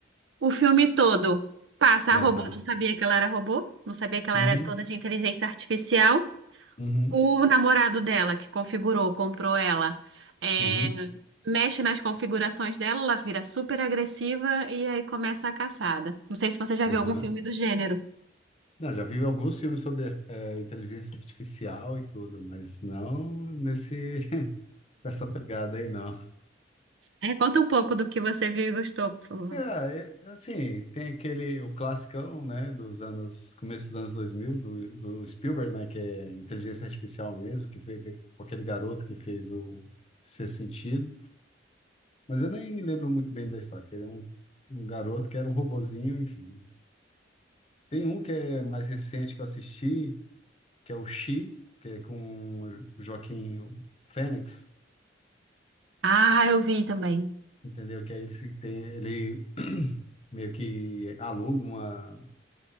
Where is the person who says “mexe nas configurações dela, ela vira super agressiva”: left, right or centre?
Right